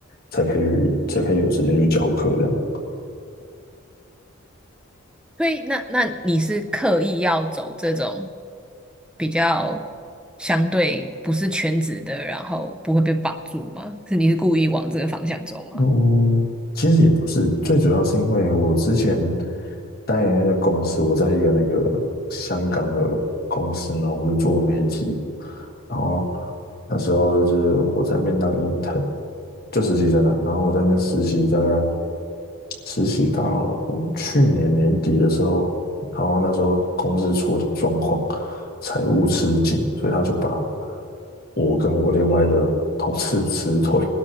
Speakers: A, on the left; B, in the centre.
A: 才可以才可以有时间去教课这样。
B: 所以那那你是刻意要走这种比较相对不是全职的，然后不会被绑住吗？是你是故意往这个方向走吗？
A: 嗯，其实也不是，最主要是因为我之前待的那个公司，我在一个那个香港的公司呢，我们是做媒体，然后那时候就是我在那边当 intern，就实习生啊，然后我在那边实习，大概实习到去年年底的时候，然后那时候公司出了点状况，财务吃紧，所以他就把我跟我另外一个同事 <laughs> 辞退，